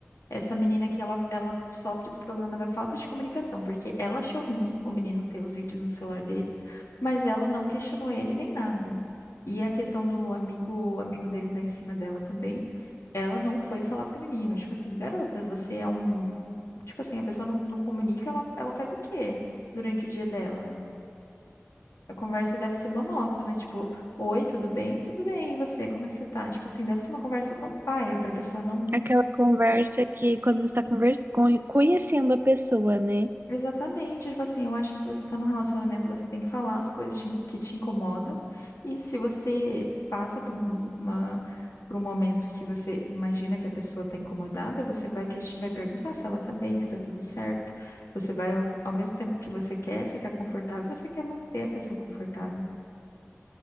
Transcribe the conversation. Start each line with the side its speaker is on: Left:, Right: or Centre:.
Left: Essa menina que ela, ela sofre do problema da falta de comunicação, porque ela achou ruim o menino ter os vídeos no celular dele, mas ela não questionou ele nem nada. E a questão do amigo, amigo dele dar em cima dela também, ela não foi falar pro menino, tipo assim, garota, você é um, tipo assim, a pessoa não, não comunica, ela, ela faz o quê durante o dia dela? A conversa deve ser monótona, tipo, oi, tudo bem? Tudo bem, e você? Como é que você tá? Tipo assim, deve ser uma conversa tão paia pra pessoa não
Right: Aquela conversa que quando você tá conversa, con- conhecendo a pessoa, né?
Left: Exatamente, tipo assim, eu acho que se você tá num relacionamento, você tem que falar as coisas te- que te incomodam. E se você passa por um- uma, por um momento que você imagina que a pessoa tá incomodada, você vai, ques- vai perguntar se ela tá bem, se tá tudo certo. Você vai, ao, ao mesmo tempo que você quer ficar confortável, você quer manter a pessoa confortável.